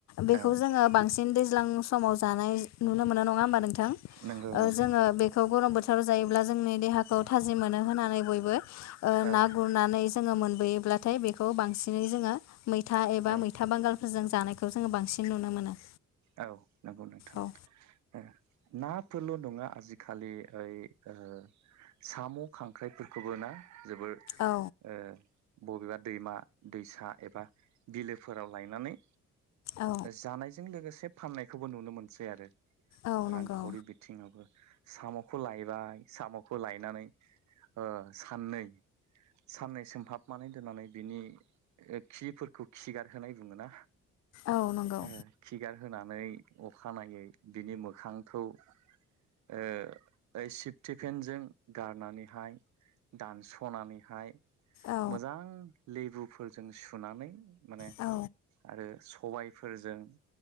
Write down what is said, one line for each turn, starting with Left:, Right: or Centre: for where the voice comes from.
Left: बेखौ
Right: औ
Left: जोङो बांसिन दैज्लां समाव जानाय नुनो मोनो नङा होमबा नोंथां। ओ
Right: नंगौ नंगौ
Left: जोङो बेखौ गरम बोथोराव जायोब्ला जोंनि देहाखौ थाजिम मोनो होननानै बयबो ओ
Right: औ
Left: ना गुरनानै जोङो मोनबोयो ब्लाथाय बेखौ बांसिनै जोङो मैथा एबा
Right: औ
Left: मैथा बांगालफोरजों जानायखौ जोङो बांसिन नुनो मोनो।
Right: औ नोंगौ नोंथां,
Left: औ
Right: ओ। नाफोरल' नङा आजिखालि ओइ ओ साम', खांख्राइफोरखौबो ना? जोबोर ओ
Left: औ
Right: बबेबा दैमा दैसा एबा बिलोफोराव लायनानै
Left: औ
Right: जानायजों लोगोसे फाननायखौबो नुनो मोनसै आरो।
Left: औ नंगौ
Right: रांखावरि बिथिङावबो। साम'खौ लायबाय, साम'खौ लायनानै ओ साननै साननै सोमहाबनानै दोननानै बिनि खिफोरखौ खिगारहोनाय बुङोना?
Left: औ नंगौ
Right: ओ खिगार होनानै अखानायै बिनि मोखांखौ ओ सिफटिफिनजों गारनानैहाय दानस'नानैहाय
Left: औ
Right: मोजां लेबुफोरजों सुनानै माने
Left: औ
Right: आरो स सबायफोरजों,